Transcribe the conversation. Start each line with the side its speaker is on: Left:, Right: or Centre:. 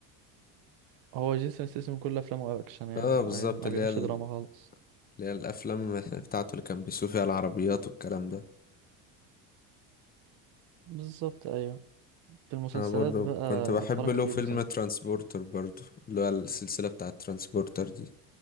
Right: هو جيسون ستاثام كل افلامه اكشن يعني
Left: اه بالظبط
Right: يعني ما
Left: اللي
Right: بيعملش
Left: هي ال-
Right: دراما خالص
Left: اللي هي الافلام <laughs> بتاعته اللي كان بيسوق فيها العربيات والكلام ده
Right: بالظبط ايوه في المسلسلات
Left: انا برضو
Right: بقى
Left: كنت بحب
Right: بتفرج
Left: له
Right: كتير
Left: فيلم
Right: بصراحة
Left: ترانسبورتر برضو اللي هو السلسلة بتاعة ترانسبورتر دي